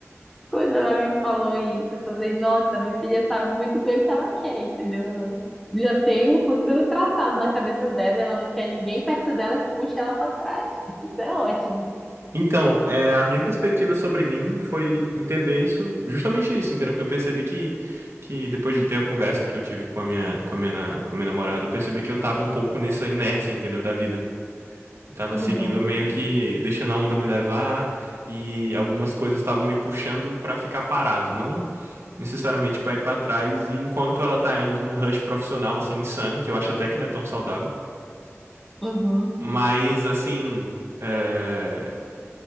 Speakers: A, in the centre; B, on the right.
A: quando ela me falou isso. Eu falei, nossa, minha filha sabe muito bem o que ela quer, entendeu? Ela já tem um futuro traçado na cabeça dela, e ela não quer ninguém perto dela que puxe ela para trás. <laughs> Isso é ótimo.
B: Então, é, a minha perspectiva sobre mim foi entender isso, justamente isso, entendeu? que eu percebi que, que depois de ter a conversa que eu tive com a minha, com a minha, na- com a minha namorada, eu percebi que eu tava um pouco nessa inércia, entendeu? Da vida. Eu tava
A: Uhum,
B: seguindo meio que deixando a onda me levar e algumas coisas estavam me puxando pra ficar parado, não necessariamente pra ir pra trás, e enquanto ela tá indo num rush profissional, assim, insano, que eu acho até que não é tão saudável.
A: uhum.
B: Mas, assim, é...